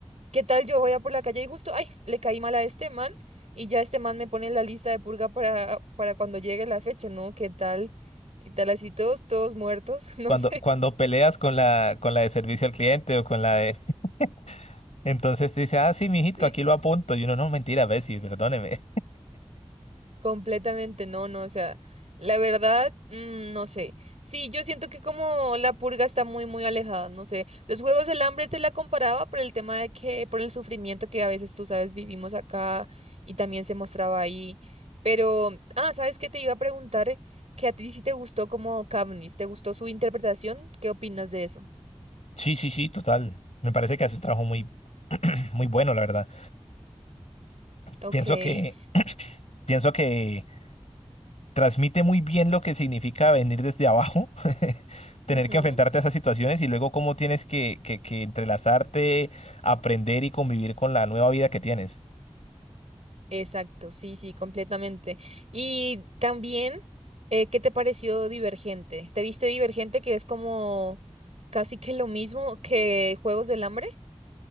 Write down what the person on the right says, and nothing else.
¿qué tal yo voy a por la calle y justo, ay, le caí mal a este man y ya este man me pone en la lista de purga para, para cuando llegue la fecha, ¿no? ¿Qué tal? ¿Qué tal así todos, todos muertos?
<laughs> No
sé.
sí.
Completamente no, no, o sea, la verdad, mm, no sé. Sí, yo siento que como la purga está muy, muy alejada, no sé. Los Juegos del Hambre te la comparaba por el tema de que, por el sufrimiento que a veces, tú sabes, vivimos acá y también se mostraba ahí. Pero, ah, ¿sabes qué? Te iba a preguntar que a ti sí te gustó como Katniss, ¿te gustó su interpretación? ¿Qué opinas de eso?
Ok.
Ujú.
Exacto, sí, sí, completamente. Y también, eh, ¿qué te pareció Divergente? ¿Te viste Divergente que es como casi que lo mismo que Juegos del Hambre?